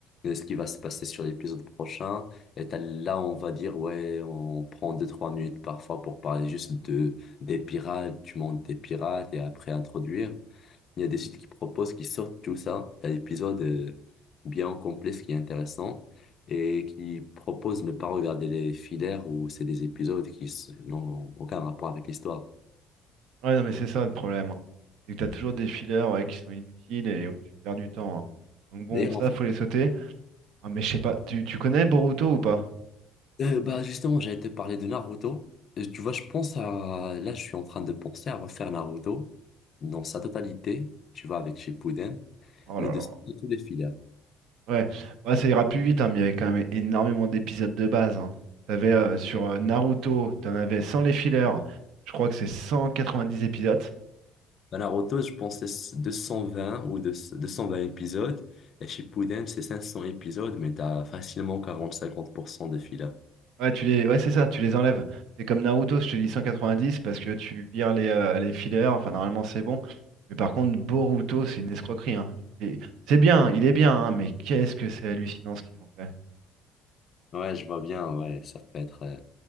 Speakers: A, on the left; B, on the right.
A: euh, ce qui va se passer sur l'épisode prochain. Et t'as- là, on va dire, ouais, on prend deux trois minutes parfois pour parler juste de, des pirates, tu montes des pirates et après introduire. Il y a des sites qui proposent, qui sortent tout ça. T'as l'épisode euh, bien complet, ce qui est intéressant, et qui proposent ne pas regarder les filaires où c'est des épisodes qui s- n'ont aucun rapport avec l'histoire.
B: Ouais, non, mais c'est ça le problème. hein. C'est que t'as toujours des fillers ouais, qui sont inutiles et où tu perds du temps. hein. Donc bon,
A: D'ailleurs,
B: ça,
A: en fait,
B: faut les sauter. Ah, mais je sais pas, tu, tu connais Boruto ou pas?
A: euh, bah justement, j'allais te parler de Naruto. Euh, Tu vois, je pense à... Là, je suis en train de penser à refaire Naruto dans sa totalité, tu vois, avec Shippuden,
B: Oh
A: mais
B: là
A: de
B: là.
A: sauter tous les filaires.
B: Ouais, Bah, ça ira plus vite, hein, mais il y avait quand même énormément d'épisodes de base. hein. T'avais euh, sur euh, Naruto, t'en avais sans les fillers, je crois que c'est 190 épisodes.
A: Bah, Naruto, je pense que c'est 220 ou 200 220 épisodes. Et Shippuden, c'est 500 épisodes, mais t'as facilement 40-50% de filler.
B: Ouais, tu les... ouais, c'est ça, tu les enlèves. C'est comme Naruto, je te dis 190 parce que tu vires les, euh, les fillers, enfin normalement c'est bon. Mais par contre, Boruto, c'est une escroquerie. hein. Et C'est bien, il est bien, hein, mais qu'est-ce que c'est hallucinant ce qu'ils ont fait.
A: Ouais, je vois bien, ouais, ça peut être... euh,